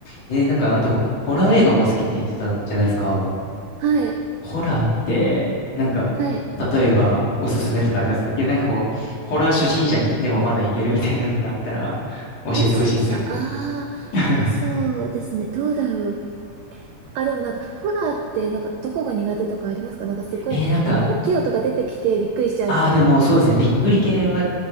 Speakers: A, on the left; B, on the right.
A: えー、なんか、あと、ホラー映画も好きって言ってたじゃないですか。
B: はい。
A: ホラーって、なんか、
B: はい。
A: 例えば、おすすめとかありますいや、なんかこう、ホラー初心者にでもまだいけるみたいなのがあったら、教えてほしいんですけど。
B: 初心者、ああ、
A: <laughs>
B: え、そうですね。どうだろう。あ、でもなんか、ホラーって、なんか、どこが苦手とかありますかなんか、すごい、
A: えー、なんか、
B: あの、大きい音が出てきてびっくりしちゃうみたいな。
A: ああ、でもそうですね、びっくり系は
B: なんか嫌。